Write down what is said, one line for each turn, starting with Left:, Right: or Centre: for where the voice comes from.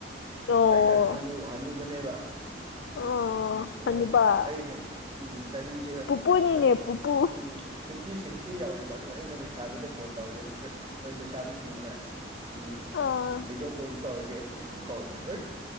Left: ꯑꯣ
Right: ꯑꯩꯁꯦ ꯍꯅꯨ ꯍꯅꯨꯕꯅꯦꯕ
Left: ꯑꯣ
Right: ꯑꯗꯨ
Left: ꯍꯅꯨꯕꯥ
Right: ꯑꯩꯁꯦ ꯎꯝ ꯆꯍꯤꯁꯦ
Left: ꯄꯨꯄꯨꯅꯤꯅꯦ
Right: ꯐꯣ
Left: ꯄꯨꯄꯨ
Right: ꯎꯝ ꯎꯝ ꯐꯤꯐꯇꯤ ꯁꯤꯛꯁꯇꯤ ꯌꯧꯔꯦꯕ ꯑꯗꯨ ꯑꯩꯅ ꯂꯩꯁꯥꯕꯤꯗ ꯐꯣꯟ ꯇꯧꯔꯦ ꯂꯩꯁꯥꯕꯤꯁꯤꯡꯗꯨꯅꯦ ꯎꯝ
Left: ꯑꯥ
Right: ꯚꯤꯗꯤꯑꯣ ꯀꯣꯜꯗ ꯇꯧꯔꯗꯤ ꯑꯦ ꯄꯨꯄꯨ ꯀꯧꯋꯦꯕ ꯍꯩꯇ